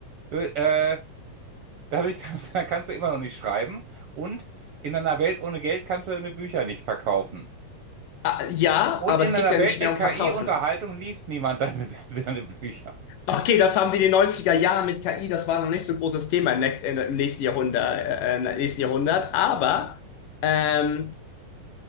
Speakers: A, on the right (about 70°); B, on the left (about 75°).
A: Will, Äh, dadurch kannst, <laughs> kannst du immer noch nicht schreiben. Und in einer Welt ohne Geld kannst du deine Bücher nicht verkaufen.
B: äh, ja,
A: Und
B: aber
A: in
B: es
A: einer
B: geht ja
A: Welt
B: nicht
A: mit
B: mehr um
A: KI-Unterhaltung
B: Verkaufen.
A: liest niemand deine, <laughs> deine Bücher.
B: Okay, das haben die in den neunziger Jahren mit KI, das war noch nicht so ein großes Thema im, nächst, im nächsten Jahrhundert, äh, äh, im nächsten Jahrhundert. Aber ähm,